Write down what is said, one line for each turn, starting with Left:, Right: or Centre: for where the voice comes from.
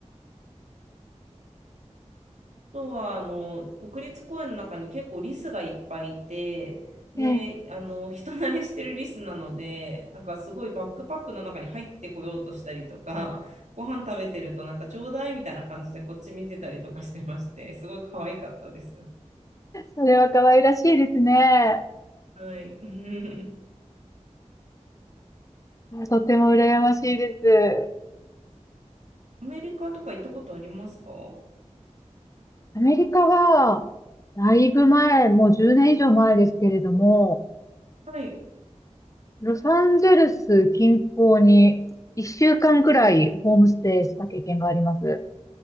Right: あとはあの国立公園の中に結構リスがいっぱいいて、で、
Left: え、
Right: あの人慣れしてるリスなので、なんかすごいバックパックの中に入ってこようとしたりとか、ご飯食べてるとなんかちょうだいみたいな感じでこっち見てたりとかしてまして、すごい可愛かったです。
Left: それは可愛らしいですね。
Right: はい。<laughs>
Left: あとても羨ましいです。
Right: アメリカとか行ったことありますかは
Left: アメリカは、だいぶ前、もう10年以上前ですけれども、
Right: い。
Left: ロサンゼルス近郊に1週間くらいホームステイした経験があります。